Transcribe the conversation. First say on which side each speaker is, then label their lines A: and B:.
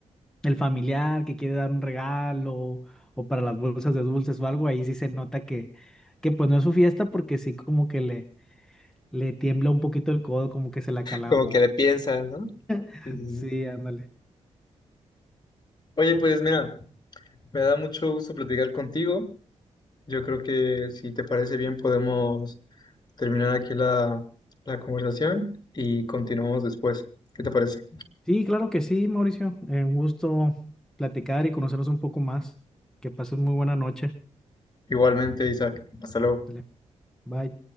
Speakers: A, in the centre; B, on the left.
A: el familiar que quiere dar un regalo o para las bolsas de dulces o algo, ahí sí se nota que, que pues no es su fiesta porque sí como que le, le tiembla un poquito el codo, como que se la calambra.
B: Como que le piensan, ¿no?
A: <laughs>
B: Sí, sí, sí.
A: Sí, ándale.
B: Oye, pues mira, me da mucho gusto platicar contigo. Yo creo que si te parece bien podemos terminar aquí la, la conversación y continuamos después. ¿Qué te parece?
A: Sí, claro que sí, Mauricio. Eh, un gusto platicar y conocernos un poco más. Que pases muy buena noche.
B: Igualmente, Isaac. Hasta luego.
A: Dale, Bye.